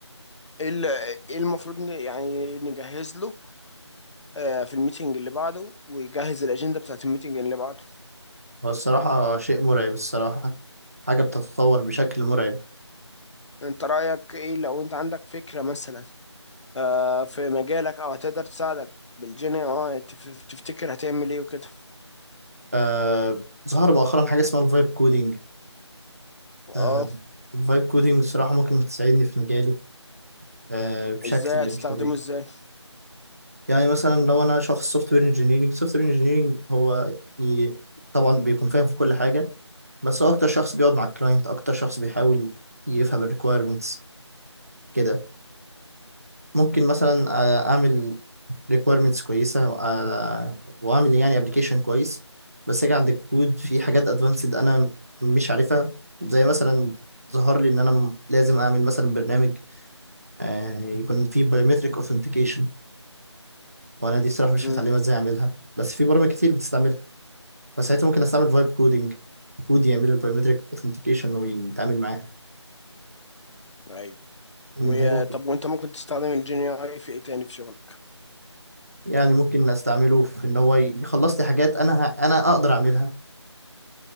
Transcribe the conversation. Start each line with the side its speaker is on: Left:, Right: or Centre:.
Left: ال- ايه المفروض ن- يعني نجهز له آه، في الميتينج اللي بعده ويجهز الاجنده بتاعت الميتينج اللي بعده
Right: هو الصراحة شيء مرعب الصراحة حاجة بتتطور بشكل مرعب
Left: انت رأيك ايه لو انت عندك فكرة مثلا آه، في مجالك او هتقدر تساعدك بالجين اه تف- تفتكر هتعمل ايه وكده
Right: آه ظهر مؤخرا حاجة اسمها الفايب كودينج
Left: اه
Right: آه الفايب كودينج الصراحة ممكن تساعدني في مجالي آه بشكل
Left: ازاي هتستخدمه
Right: مش طبيعي
Left: ازاي
Right: يعني مثلا لو أنا شخص سوفت وير انجينيرنج سوفت وير انجينيرنج هو ي... طبعا بيكون فاهم في كل حاجة بس هو أكتر شخص بيقعد مع الكلاينت أكتر شخص بيحاول يفهم الريكويرمنتس كده فممكن مثلا آه، أعمل ريكويرمنتس كويسه وأ- واعمل يعني ابلكيشن كويس بس اجي عند الكود في حاجات ادفانسد انا مش عارفها زي مثلا ظهر لي ان انا م- لازم اعمل مثلا برنامج آه، يكون فيه بايومتريك اوثنتيكيشن وانا دي الصراحه مش
Left: امم
Right: متعلمه ازاي اعملها بس في برامج كتير بتستعملها فساعتها ممكن استعمل فايب كودينج كود يعمل البايومتريك اوثنتيكيشن ويتعامل معاها
Left: ايوه
Right: إن
Left: وطب
Right: هو كده.
Left: وانت ممكن تستخدم الجين اي في ايه تاني في شغلك
Right: يعني ممكن استعمله في ان هو يخلص لي حاجات انا ه- انا اقدر اعملها